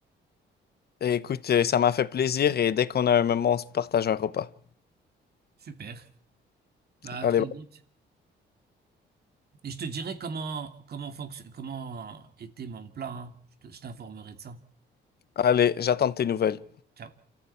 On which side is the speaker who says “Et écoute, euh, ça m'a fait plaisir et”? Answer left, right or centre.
Left